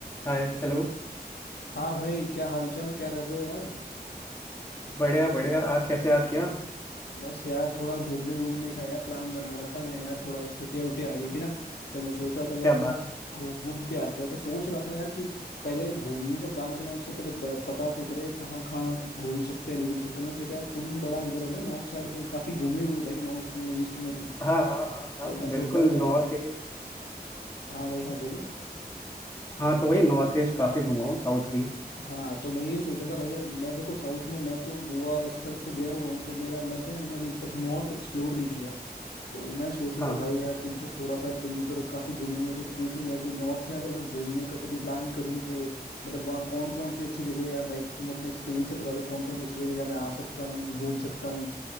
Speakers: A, on the left; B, on the left.
A: हाय hello
B: हाँ भाई क्या हालचाल क्या कर रहे हो यार
A: बढ़िया बढ़िया आज कैसे याद किया
B: बस यार थोड़ा घूमने वूमने का यार प्लान बना रहा था मैं यार थोड़ा छुट्टियां उट्टियां आ गई थी ना तो मैं सोच रहा था कि
A: क्या
B: यार कहीं
A: बात
B: घूम घूम के आते हैं तो सोच रहा था यार कि पहले घूमने का प्लान बनाए उससे पहले ब- पता तो करे कहाँ कहाँ घूम सकते हैं नहीं घूम सकते मैं सोचा यार तुम बड़ा उधर है ना नॉर्थ साइड में काफी घूमे हुए हो भाई नॉर्थ में ईस्ट में तुम
A: कर हाँ हाँ हाँ हाँ
B: तो मैं सोच
A: बिल्कुल
B: रहा था
A: नॉर्थ
B: यार
A: ईस्ट
B: हाँ भाई हाँ बोलो
A: हाँ तो वही नॉर्थ ईस्ट काफ़ी घुमा हूँ साउथ भी
B: हाँ तो मैं यही सोच रहा था भाई यार मैं देखो साउथ में मैं तो गोवा इस तरफ तो गया हुआ हूँ तो मेरा मैं क्या मैंने अभी तक नॉर्थ एक्सप्लोर नहीं किया तो मैं सोच रहा
A: हाँ
B: था भाई यार तुमसे थोड़ा सा तुम उधर काफी घूमे हो तो पूछूं यार कि नॉर्थ में अगर मैं घूमने का कभी प्लान करूं तो मतलब वहाँ कौन कौन सी अच्छी जगह है यार भाई तुम अपने एक्सपीरियंस से बता दो कौन कौन सी अच्छी जगह है जहाँ मैं आ सकता हूँ घूम सकता हूँ